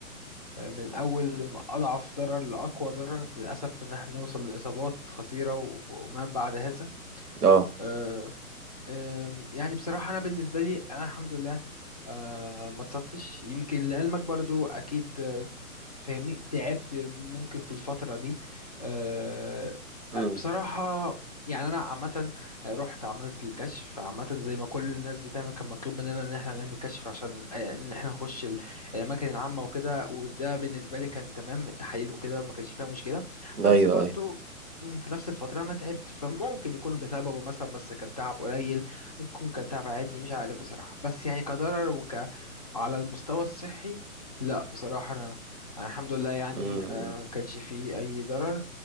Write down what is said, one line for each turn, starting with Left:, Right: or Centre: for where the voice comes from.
Left: من أول ما أضعف ضرر لأقوى ضرر للأسف إن إحنا بنوصل لإصابات خطيرة و- وما بعد هذا
Right: اه
Left: آه، أم، يعني بصراحة أنا بالنسبة لي أنا الحمد لله أه، ما اتصبتش يمكن لعلمك برضو أكيد أه، فاهمني تعبت ممكن في الفترة دي أه،
Right: امم
Left: بصراحة يعني أنا عامة رحت عملت الكشف عامة زي ما كل الناس بتعمل كان مطلوب مننا إن احنا نعمل كشف عشان أه، إن احنا نخش ال- الأماكن العامة وكده وده بالنسبة لي كان تمام التحاليل وكده ما كانش فيها مشكلة
Right: ايوه
Left: بس برضو
Right: ايوه
Left: مم، في نفس الفترة أنا تعبت فممكن يكون بسببه مثلا بس كان تعب قليل ممكن يكون كان تعب عادي مش عارف بصراحة بس يعني كضرر وك على المستوى الصحي لا بصراحة أنا أنا الحمد لله يعني
Right: امم
Left: آه، ما كانش فيه أي ضرر